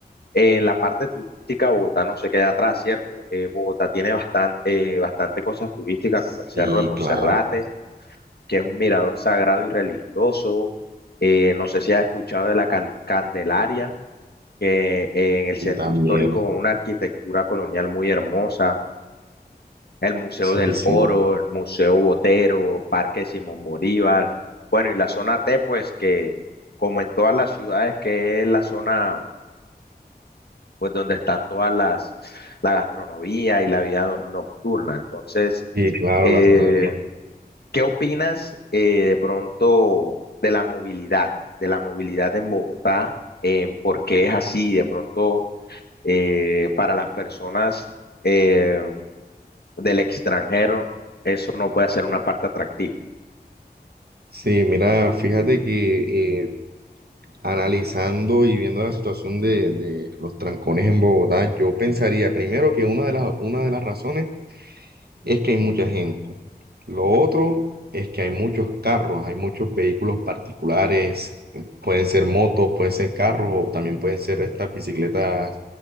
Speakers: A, on the left; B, on the right.
A: eh, en la parte turística, Bogotá no se queda atrás, ¿cierto? Eh, Bogotá tiene bastante, bastante cosas turísticas,
B: Sí,
A: como el Cerro de Monserrate,
B: claro,
A: que es un mirador sagrado y religioso, eh, no sé si has escuchado de la Can- Candelaria, que eh, en el
B: y
A: centro
B: también,
A: histórico, con una arquitectura colonial muy hermosa el Museo
B: sí,
A: del
B: sí,
A: Oro, el Museo Botero, Parque Simón Bolívar, bueno, y la zona T, pues que como en todas las ciudades, que es la zona, pues donde están todas las, la gastronomía y la vida no- nocturna. Entonces,
B: sí, claro,
A: eh,
B: la zona del no.
A: ¿qué opinas eh, de pronto de la movilidad, de la movilidad en Bogotá, en por qué es así, de pronto eh, para las personas? eh, del extranjero, eso no puede ser una parte atractiva.
B: Sí, mira, fíjate que eh, analizando y viendo la situación de, de los trancones en Bogotá, yo pensaría primero que una de las, una de las razones es que hay mucha gente. Lo otro es que hay muchos carros, hay muchos vehículos particulares, pueden ser motos, pueden ser carros o también pueden ser estas bicicletas